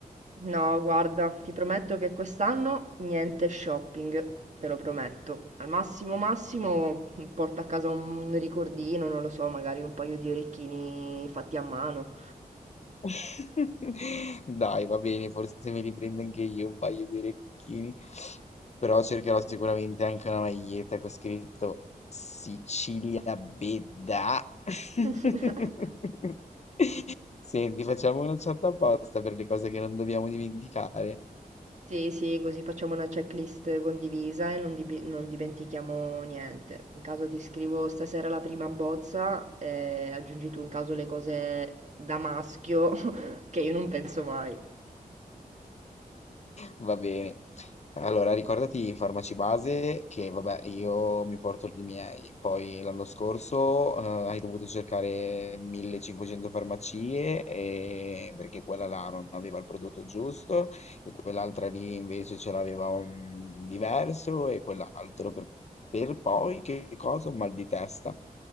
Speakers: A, on the right; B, on the left.
A: No, guarda, ti prometto che quest'anno niente shopping, te lo prometto. Al massimo massimo mm, porto a casa un ricordino, non lo so, magari un paio di orecchini fatti a mano.
B: <laughs> Dai, va bene, forse mi riprendo anche io un paio di orecchini, però cercherò sicuramente anche una maglietta con scritto Sicilia Bedda. <laughs>
A: <laughs>
B: Senti, facciamo una chat apposta per le cose che non dobbiamo dimenticare.
A: Sì, sì, così facciamo una checklist condivisa e non, dibi- non dimentichiamo niente. In caso ti scrivo stasera la prima bozza e aggiungi tu in caso le cose da maschio <laughs> che io non penso mai.
B: Va bene. Allora, ricordati i farmaci base che, vabbè, io mi porto i miei. Poi l'anno scorso, eh, hai dovuto cercare 1500 farmacie e- perché quella là non aveva il prodotto giusto e quell'altra lì invece ce l'aveva un diverso e quell'altro per, per poi che cosa? Un mal di testa.